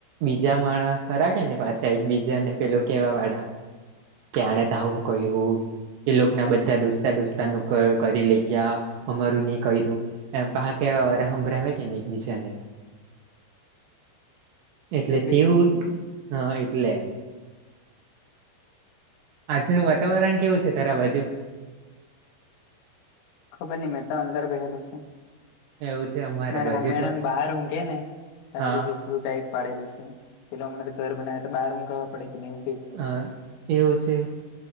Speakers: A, on the right (about 70°); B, on the left (about 65°).
A: બીજા માળા ખરા કે ને પાછા એક બીજાને પેલું કેવા વાળા. કે આણે આવું કર્યું એ લોકો ના બધા દોસ્તા દોસ્તાન ઉપર કરી લઈ ગયા અમારું નહીં કર્યું એમ પા કહેવા વાળ હંભડાવે કે નહીં એકબીજાને. એટલે
B: એ બી
A: તેવ
B: છું
A: હ એટલે. આજનું વાતાવરણ કેવું છે તારા બાજુ?
B: ખબર નહી મેં તો અંદર બેહેલો છું.
A: એવું છે અમારા
B: મારી
A: બાજુ
B: મમ્મી એને
A: તો
B: એમ બહાર ઊંઘે ને તા
A: હા
B: ઝૂપડું કાઈ. પાડેલું છે પેલા મને તો ઘર બનાવે તો બાર હું ગ પડે કેનેવું
A: અ એવું છે